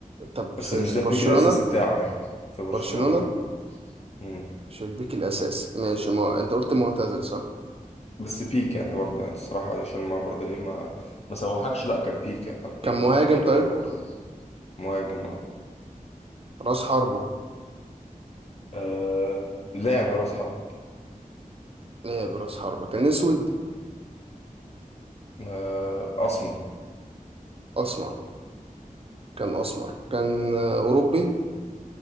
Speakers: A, on the right; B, on the left.
A: طب
B: بس
A: في
B: مش
A: في
B: ده
A: برشلونة
B: البيك الأساسي بتاعه يعني في برشلونة
A: برشلونة
B: أه مم.
A: مش البيك الاساسي ماشي ما... انت قلت معتزل صح
B: بس بيك يعني برضه يعني الصراحة عشان ما برضه ايه ما ما سوحكش لا كان بيك يعني كان بيك
A: كان مهاجم
B: وكان لعيب
A: طيب
B: حلو برضه مهاجم اه
A: راس حربة
B: آه، لاعب راس حرب
A: لعب راس حربة كان اسود
B: آه، أسمر
A: اسمر كان اسمر كان آه، اوروبي